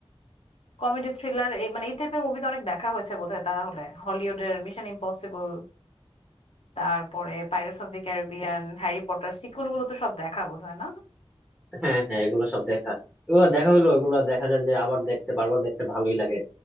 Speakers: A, on the left; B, in the centre.
A: কমেডি থ্রিলার এই মানে এই টাইপের মুভি তো অনেক দেখা হয়েছে বোধহয় তাহলে হলিউডের মিশন ইম্পসিবল তারপরে Pirates of the Caribbean Harry Potter sequel গুলো তো সব দেখা বোধহয় না
B: হ্যাঁ হ্যাঁ এগুলো সব দেখা এগুলো দেখা হলো এগুলো দেখা যায় যে আবার দেখতে বারবার দেখতে ভালোই লাগে